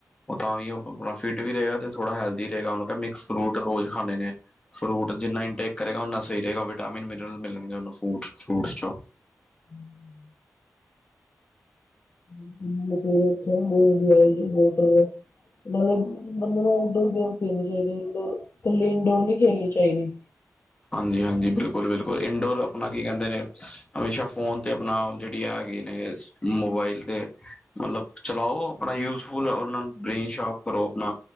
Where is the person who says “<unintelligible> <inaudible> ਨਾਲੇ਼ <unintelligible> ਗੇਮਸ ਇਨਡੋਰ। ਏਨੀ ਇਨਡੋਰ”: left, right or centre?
Left